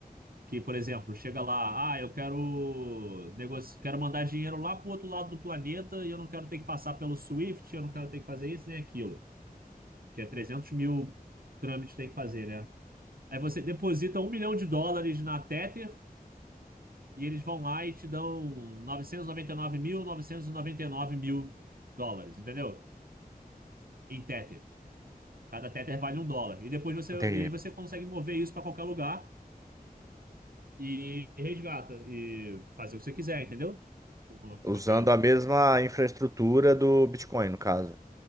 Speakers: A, on the right; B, on the right.
A: que, por exemplo, chega lá, ah, eu quero negoci... quero mandar dinheiro lá pro outro lado do planeta e eu não quero ter que passar pelo Swift, eu não quero ter que fazer isso nem aquilo. que é 300 mil trâmites que tem que fazer, né? Aí você deposita um milhão de dólares na Tether e eles vão lá e te dão novecentos e noventa e nove mil novecentos e noventa e nove mil dólares, entendeu? Em Tether. Cada Tether vale um dólar. E depois você,
B: Entendi.
A: e aí você consegue mover isso para qualquer lugar e resgata e fazer o que você quiser, entendeu? Com, com
B: Usando
A: aquele-
B: a mesma infraestrutura do Bitcoin, no caso.